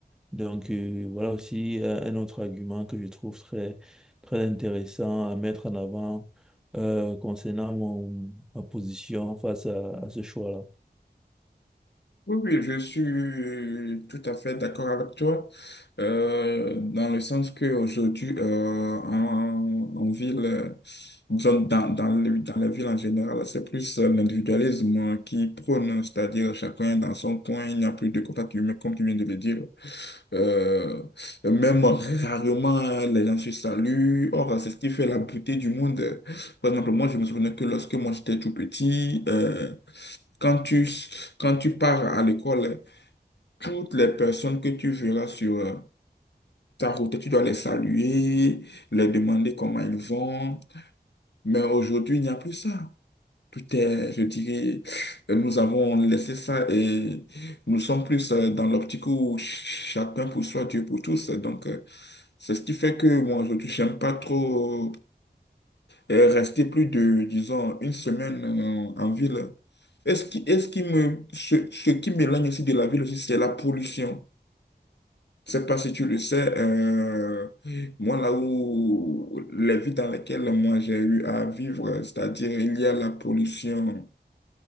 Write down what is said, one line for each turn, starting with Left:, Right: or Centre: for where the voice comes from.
Centre: Donc, euh, voilà aussi euh, un autre argument que je trouve très, très intéressant à mettre en avant euh, concernant mon, ma position face à à ce choix-là.
Left: Oui, oui, je suis tout à fait d'accord avec toi, euh, dans le sens qu'aujourd'hui, euh, en, en ville, euh, disons, dans, dans, le- dans les villes en général, c'est plus euh, l'individualisme euh, qui prône, c'est-à-dire chacun dans son coin, il n'y a plus de contact humain, comme tu viens de le dire. Euh, même rarement, les gens se saluent. Or, c'est ce qui fait la beauté du monde. Par exemple, moi, je me souviens que lorsque moi, j'étais tout petit, euh, quand tu, quand tu pars à l'école, toutes les personnes que tu verras sur euh, ta route, tu dois les saluer, les demander comment ils vont. Mais aujourd'hui, il n'y a plus ça. Tout est, je dirais, nous avons laissé ça et nous sommes plus euh, dans l'optique où ch- chacun pour soi, Dieu pour tous. Donc, euh, c'est ce qui fait que moi, aujourd'hui, j'aime pas trop euh, rester plus de, disons, une semaine euh, en ville. Et ce qui, et ce qui me, ce, ce qui m'éloigne aussi de la ville aussi, c'est la pollution. Je sais pas si tu le sais, euh, moi, là où les villes dans lesquelles moi j'ai eu à vivre, c'est-à-dire il y a la pollution.